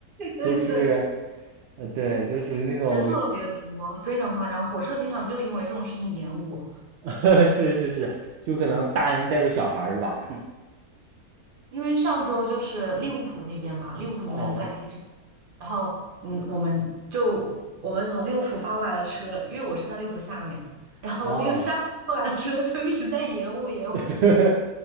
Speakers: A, on the right; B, on the right.
A: 对对对，
B: 就是呃，对，就属于那种
A: 人特别多，非常夸张。火车经常就因为这种事情延误，
B: <laughs>，是是是，就可能大人带着小孩儿是吧？
A: 因为上周就是利物浦那边嘛，利物浦那边在踢球，
B: 哦
A: 然后嗯，我们就我们从利物浦发过来的车，因为我是在利物浦下面，然后那个下面过来的车就一直在延误延误。
B: 哦，<laughs>